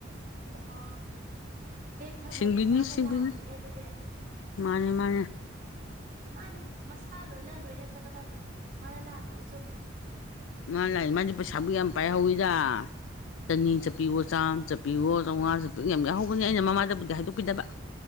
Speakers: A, on the right (about 45°); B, on the left (about 75°).
A: ꯑꯣꯍꯣ ꯕꯦꯦꯛ ꯊꯝꯃꯝꯕ
B: ꯁꯤꯡꯕꯤꯅꯤ
A: ꯃꯥꯅ
B: ꯁꯤꯡꯕꯤꯅꯤ
A: ꯂꯥꯜꯂꯦꯅꯦ ꯑꯗꯨꯗꯤ
B: ꯃꯥꯅꯦ ꯃꯥ
A: ꯃꯥꯅꯦ ꯃꯁꯥ ꯂꯣꯏꯅ ꯂꯣꯏꯅ ꯆꯠꯀꯗꯕꯅꯤ ꯃꯥꯅ ꯂꯥꯟꯕꯅꯤ ꯆꯨꯝꯃꯦ
B: ꯃꯥ ꯂꯥꯛ ꯃꯥꯗꯤ ꯄꯩꯁꯥꯕꯨ ꯌꯥꯝ ꯄꯥꯏꯍꯧꯋꯤꯗ ꯆꯅꯤ ꯆꯠꯄꯤꯌꯣ ꯆꯥꯝꯃ ꯆꯠꯄꯤ ꯕꯤꯌꯣ ꯆꯥꯝꯉꯥꯁꯨꯦ ꯌꯥꯝ ꯌꯥꯎꯍꯧꯒꯅꯤ ꯑꯩꯅ ꯃꯃꯥꯗꯕꯨꯗꯤ ꯍꯥꯏꯗꯣꯛꯄꯤꯗꯕ